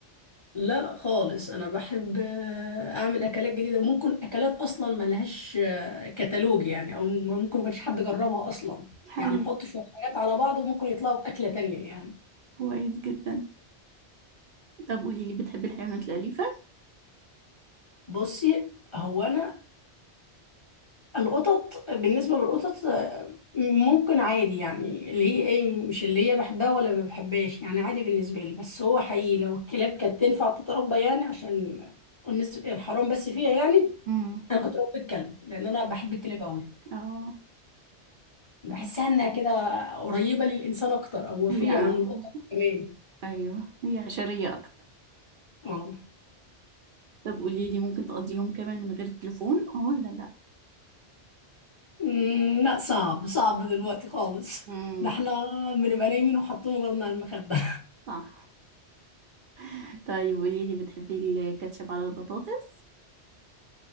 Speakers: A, on the left; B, on the right.
A: لا خالص انا بحب آه، اعمل اكلات جديده وممكن اكلات اصلا ما لهاش آه، كتالوج يعني او ممكن ما كانش حد جربها اصلا
B: حلو
A: يعني احط شويه حاجات على بعض وممكن يطلعوا باكله تانية يعني
B: كويس جدا طب قولي لي بتحبي الحيوانات الأليفة
A: بصي هو انا القطط بالنسبة للقطط آه، ممكن عادي يعني اللي هي ايه مش اللي هي بحبها ولا ما بحبهاش يعني عادي بالنسبة لي بس هو حقيقي لو الكلاب كانت تنفع تتربى يعني عشان النس- الحرام بس فيها يعني
B: امم
A: انا كنت ربيت كلب لان انا بحب الكلاب قوي
B: اه
A: بحسها
B: تمام.
A: انها كده قريبة للانسان اكتر او وفية
B: هي اه
A: عن القطط كمان
B: ايوه هي عشرية اكتر
A: اه
B: طب قولي لي ممكن تقضي يوم كامل من غير التليفون اه ولا لا
A: أمم، لا صعب صعب دلوقتي خالص
B: امم
A: <laughs> ده احنا بنبقى نايمين وحاطين غيرنا على المخدة
B: صح <laughs> طيب قولي لي بتحبي الكاتشب على البطاطس